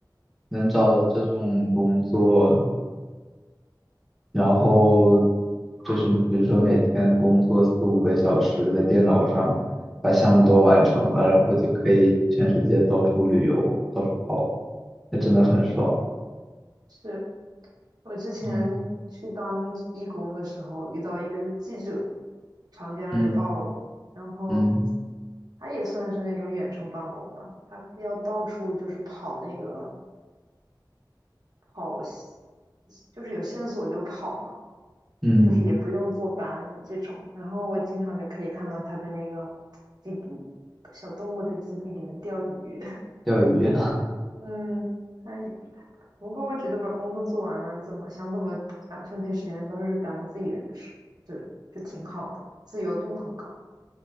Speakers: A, in the centre; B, on the right.
A: 能找到这种工作，然后就是比如说每天工作四五个小时在电脑上，把项目都完成了，
B: 嗯，
A: 然后就可以全世界到处旅游，到处跑，那真的很爽。
B: 是我之前去当义工的时候遇到一个记者，
A: 嗯
B: 长江日报的，
A: 嗯
B: 然后
A: 嗯
B: 他也算是那种远程办公吧，他要到处就是跑那个跑线，就是有线索就跑嘛，
A: 嗯，
B: 就是也不用坐班这种。然后我经常就可以看到他的那个基地，小动物的基地里面钓鱼。<laughs>
A: 钓鱼。
B: 嗯，那不过我觉得把工作做完了，怎么想怎么安分配时间都是咱们自己的事，是就挺好的，自由度很高。